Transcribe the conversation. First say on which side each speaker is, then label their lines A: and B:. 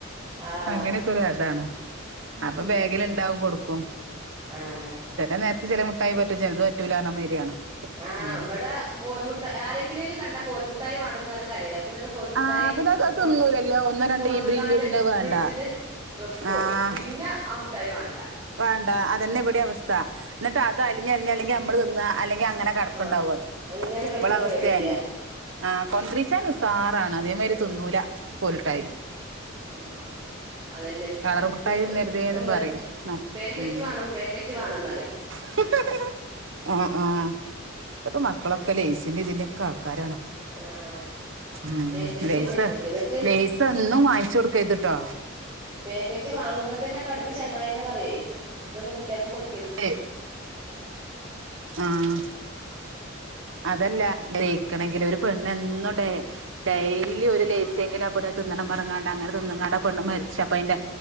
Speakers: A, on the right; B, on the right.
A: ആഹ്
B: അങ്ങനെയൊക്കെ ഒരു അതാണ്
A: ഉം
B: അപ്പൊ ബേഗിൽ ഇണ്ടാവും കൊടുക്കും
A: ആഹ്
B: ചെല നേരത്ത് ചെലെമുട്ടായി പറ്റും ചിലത് പറ്റൂലാർഞ്ഞ മാരിയാണ്
A: ആഹ്
B: ഉം
A: ഇവിടെ കോൽമുട്ട ആരൊക്കെലേലും കണ്ടാ കോൽമുട്ടായി വേണംന്ന് പറഞ്ഞ് കരിം അപ്പ എന്നട്ട് കോൽമുട്ടായി
B: ആഹ് പിന്നെ അത് അത്
A: കൊ
B: തിന്നൂലല്ലോ ഒന്നോ രണ്ടോ
A: കൊട്ന്ന്ക്കാണ്ട്
B: ഈമ്പ് ഈമ്പിയ പിന്നെ അത്
A: ഫ്രിഡ്ജില്
B: വേണ്ട
A: വെക്കും
B: ആഹ്
A: പിന്നെ ആ മുട്ടായി വാണ്ട
B: വേണ്ട അതന്നെ ഇവിടെ അവസ്ഥ എന്നി്ട്ട് അത് അലിഞ്ഞു അലിഞ്ഞല്ലെങ്കിൽ നമ്മള് തിന്ന അല്ലെങ്കിൽ അങ്ങനെ കെടക്കണ്ടാവും
A: ആഹ് അങ്ങനെ
B: ഇബള
A: കിടന്ന്
B: അവസ്ഥി
A: കേടരിയാ
B: അതന്നെ ആ കൊണ്ടീച്ചാൻ ഉസാറാണ് അതേമാതി
A: ഉം
B: തിന്നുല്ല കോലുട്ടായി
A: ആഹ അതെന്നെ
B: കളർ മുട്ടായി
A: പ്പ
B: തിന്നരുതേന്നും
A: എന്താ
B: പറയും
A: പേക്കറ്റ്
B: ഉം
A: വാണം പേക്കറ്റ് വാണംന്നറയും
B: <inaudible> ആഹ് ആഹ് ഇപ്പത്തമക്കളൊക്കെ ലൈസിന്റെ ഇതിന്റെക്കെ ആൾക്കാരാണ്
A: ആഹ്
B: ഉം ഉം
A: പാക്കറ്റ്
B: ലൈസ്
A: പാക്കറ്റ് എന്നിട്ട്
B: ലൈസെന്നും വാങ്ങിച്ച് കൊടുക്കര്ത്ട്ടോ
A: പേക്കറ്റ് വാങ്ങുമ്പ തന്നെ കടുത്ത ചങ്ങായന്നെ പറയേ ഇതൊന്നും കുട്ടിയാക്ക് കൊടു
B: ഏ ആഹ് അതല്ല വിയിക്കണെങ്കില് ഒര് പെണ്ണെ എന്നും ടെ ഡെയിലി ഒരു ലൈസെങ്കിലും ആ പെണ്ണിന്ന് തിന്നണം പർഞ്ഞ്കാണ്ട് അങ്ങനെ തിന്ന്കാണ്ട് ആ പെണ്ണ് മരിച്ച് അപ്പഅയിന്റെ